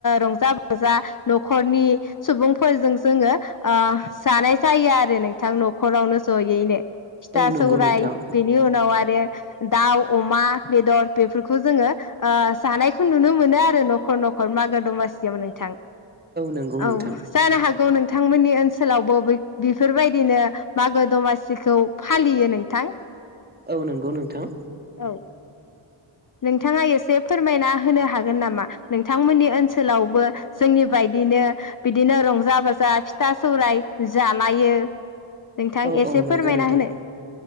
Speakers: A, on the left; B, on the right.
A: रंजा बाजा न' खरनि सुबुंफोरजों जोङो ओ जानाय जायो आरो नोंथां न'खरावनो जयैनो। फिथा
B: औ नंगौ
A: सौराय
B: नोंथां
A: बेनि उनाव आरो दाउ, अमा बेदर बेफोरखौ जोङो ओ जानायखौ नुनो मोनो आरो न'खर न'खर मागो दमासियाव नोंथां।
B: नंगौ
A: औ
B: नोंथां
A: जानो हागौ नों थांमोननि ओनसोलावबो बै बेफोरबायदिनो मागो दमासिखौ फालियो नोंथां।
B: औ नंगौ नोंथां।
A: औ। नोंथाङा एसे फोरमायना होनो हागोन नामा? नोंथांमोननि ओनसोलावबो जोंनि बाय दिनो बिदिनो रंजा बाजा फिथा सौराय जालायो। नोंथां
B: औ
A: एसे
B: औ
A: फोरमायना
B: नंगौ नोंथां।
A: होनो